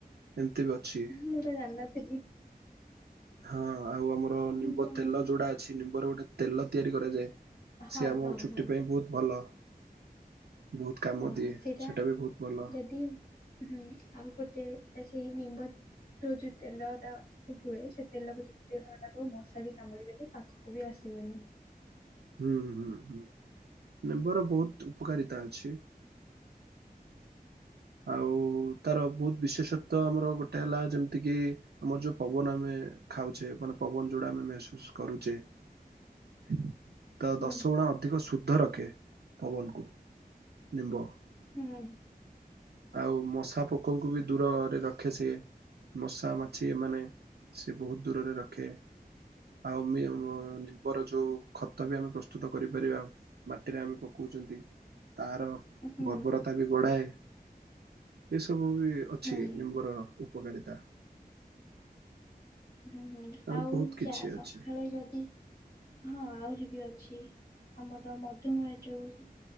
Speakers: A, on the right (about 85°); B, on the left (about 80°).
A: ଏମିତି ବି ଅଛି।
B: ମୁଁ ଜାଣିନଥିଲି।
A: ହଁ, ଆଉ ଆମର ନିମ୍ବ
B: ମୁଁ ଜାଣିନି।
A: ତେଲ ଯୋଉଡା ଅଛି। ନିମ୍ବରେ ଗୋଟେ ତେଲ ତିଆରି କରାଯାଏ।
B: ହଁ
A: ସେ ଆମ
B: ହଁ
A: ଚୁଟି
B: ହଁ।
A: ପାଇଁ ବହୁତ ଭଲ। ବହୁତ କାମ
B: ହଁ,
A: ଦିଏ
B: ସେଇଟା
A: ସେଟା ବି ବହୁତ ଭଲ।
B: ଯଦି ହୁଁ ଆଉ ଗୋଟେ ସେଇ ନିମ୍ବ ରୁ ଯୋଉ ତେଲ ଟା ହୁଏ। ସେ ତେଲକୁ ଜଦି <inaudible> ମଶା ବି କାମୁଡିବେନି ପାଖକୁ ବି ଆସିବେନି।
A: ହୁଁ-ହୁଁ-ହୁଁ ନିମ୍ବର ବହୁତ ଉପକାରିତା ଅଛି। ଆଉ ତାର ବହୁତ ବିଶେଷତ୍ୱ ଆମର ଗୋଟେ ହେଲା ଯେମିତି କିି, ଆମର ଯୋଉ ପବନ ଆମେ ଖାଉଛେ ମାନେ ପବନ ଯୋଉଟା ଆମେ ମେହସୁସ୍ କରୁଛେ। ହ- ତ
B: ହୁଁ
A: ଦଶଗୁଣା ଅଧିକ ଶୁଦ୍ଧ ରଖେ ପବନକୁ ନିମ୍ବ।
B: ହୁଁ।
A: ଆଉ ମଶା ପୋକଙ୍କୁ ବି ଦୂର ରଖେ ସେ। ମଶାମାଛି ଏମାନେ ସେ ବହୁତ ଦୂରରେ ରଖେ। ଆଉ-ମି-ମ ନିମ୍ବର ଯୋଉ ତାହା ବିି ଆମେ ପ୍ରସ୍ତୁତ କରିପାରିବା ମାଟିରେ ଆମେ ପକାଉଛନ୍ତି ତାହାର
B: ହୁଁ
A: ବର୍ବରତା ବି ବଢାଏ ଏସବୁ ବି ଅଛି
B: ହୁଁ।
A: ନିମ୍ବର। ଉପକାରିତା।
B: ହୁଁ ହୁଁ
A: ଆହୁରି
B: ଆଉ
A: ବହୁତ କିଛି
B: ଚା ସଖାଳେ
A: ଅଛି
B: ଯଦି ହଁ ଆହୁରି ବି ଅଛି ଆମର ମଧୁମେହ ଯୋଉ